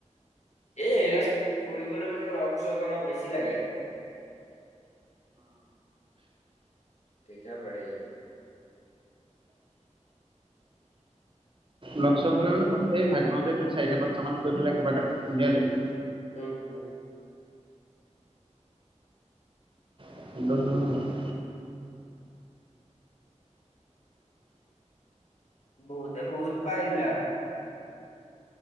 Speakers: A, on the left; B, on the right.
A: এ এইবিলাক কৰিবলৈ মানে লগ চগ অলপ বেছি লাগে। কেইটা পৰেই?
B: লগ চগ হ'লে মানে পতকে ভাগতেটো চাৰিটা পাঁচটা মান কৰি পেলাই একেবাৰটে উলিয়াই লাগিব।
A: হুম, হুম।
B: <unintelligible>
A: বহুতে বহুত পাই এইবিলাক।